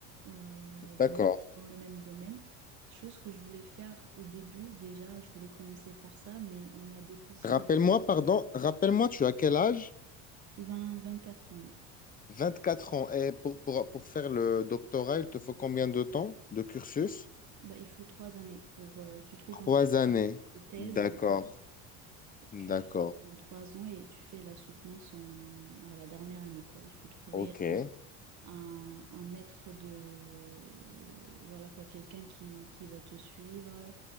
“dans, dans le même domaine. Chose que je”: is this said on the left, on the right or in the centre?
Right